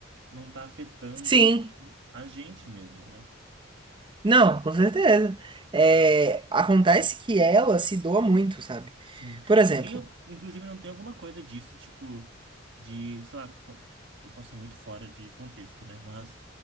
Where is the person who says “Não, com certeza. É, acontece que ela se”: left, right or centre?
Right